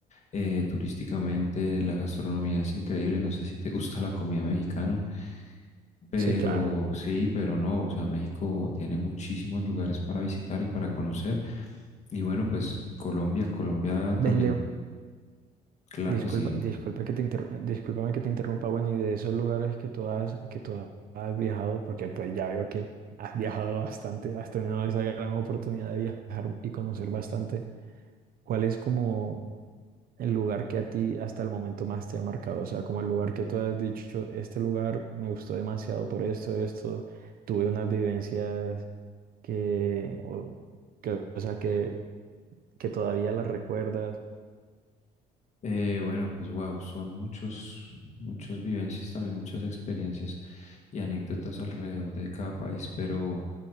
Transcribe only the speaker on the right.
sí, claro.
Ven,
Leo,
Disculpa,
disculpa que te interr- discúlpame que te interrumpa, bueno, y de esos lugares que tú has, que tú has viajado, porque pues ya veo que has viajado bastante, has tenido esa gran oportunidad de viajar y conocer bastante. ¿Cuál es como el lugar que a ti hasta el momento más te ha marcado? O sea, como el lugar que tú has dicho, este lugar me gustó demasiado por esto, esto, tuve unas vivencias que, o, que, o sea, que, que todavía las recuerdas,